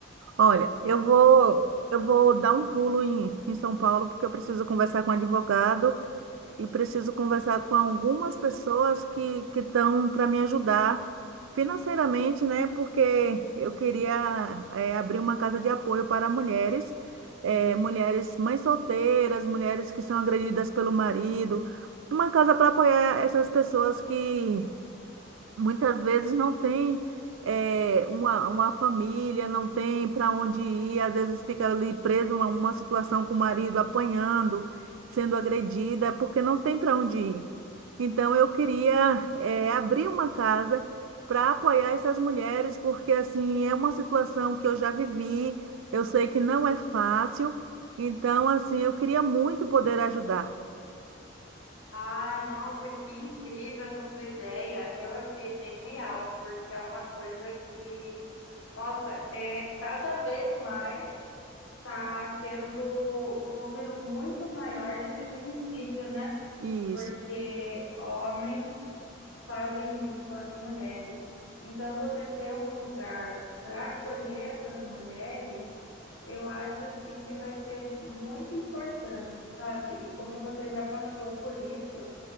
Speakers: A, on the right; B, on the left.
A: Olha, eu vou, eu vou dar um pulo em, em São Paulo porque eu preciso conversar com um advogado e preciso conversar com algumas pessoas que que estão para me ajudar financeiramente, né? Porque eu queria eh, abrir uma casa de apoio para mulheres, eh, mulheres mães solteiras, mulheres que são agredidas pelo marido, uma casa para apoiar essas pessoas que muitas vezes não tem eh, uma, uma família, não tem para onde ir, às vezes fica ali preso a uma situação com o marido apanhando, sendo agredida, é porque não tem para onde ir. Então eu queria eh, abrir uma casa para apoiar essas mulheres, porque assim é uma situação que eu já vivi, eu sei que não é fácil, então assim eu queria muito poder ajudar.
B: Ai, nossa, que incrível essa tua ideia. Eu achei genial, porque é uma coisa que, nossa, é cada vez mais tá tendo um número muito maior de feminicídio, né?
A: Isso,
B: Porque homens fazem isso com as mulheres. Então, você ter um lugar para acolher essas mulheres, eu acho assim que vai ser muito importante, sabe? E como você já passou por isso,